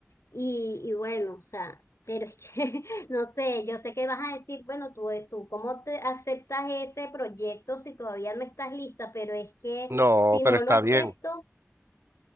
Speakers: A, on the left; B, on the right.
A: y, y bueno, o sea, pero es que, <laughs> no sé, yo sé que vas a decir, bueno, tú, eh, tú, ¿cómo te aceptas ese proyecto si todavía no estás lista? Pero es que
B: No,
A: si no
B: pero está
A: lo acepto,
B: bien.